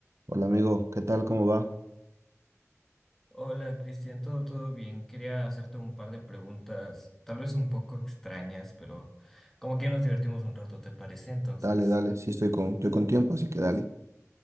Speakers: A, on the right; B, in the centre.
A: Hola amigo, ¿qué tal? ¿Cómo va?
B: Hola Cristian, todo todo bien. Quería hacerte un par de preguntas, tal vez un poco extrañas, pero como que nos divertimos un rato, ¿te parece? Entonces,
A: Dale, dale, sí estoy con, estoy con tiempo, así que dale.